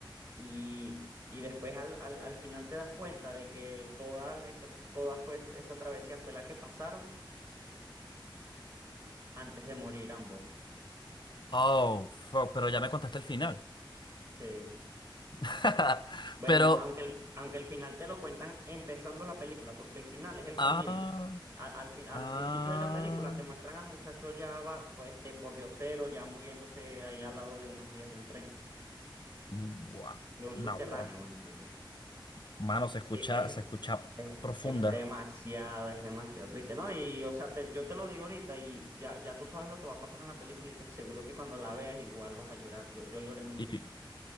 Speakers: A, on the right; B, on the left.
A: Y, y después al, al- al final te das cuenta de que toda esa, toda fue, esa travesía fue la que pasaron antes de morir ambos.
B: Oh, fuck, pero ya me contaste el final.
A: Sí.
B: <laughs>
A: Bueno,
B: Pero,
A: aunque el, aunque el final te lo cuentan empezando la película, porque el final es el comienzo.
B: ah,
A: Al, al, fin- al
B: ah,
A: principio de la película te muestran al muchacho ya va, pues, este, por diosero, ya muriéndose ahí al lado de unas vías de un tren,
B: gua-
A: de un subterráneo,
B: no, gua-
A: bueno, en realidad.
B: mano, se escucha,
A: Sí, Es,
B: se escucha
A: es,
B: profunda.
A: es demasiado, es demasiado triste, ¿no? Y, o sea, te- yo te lo digo ahorita y ya, ya tú sabes lo que va a pasar en la película y te aseguro que cuando la veas igual vas a llorar. Yo, yo lloré muchísimo.
B: Y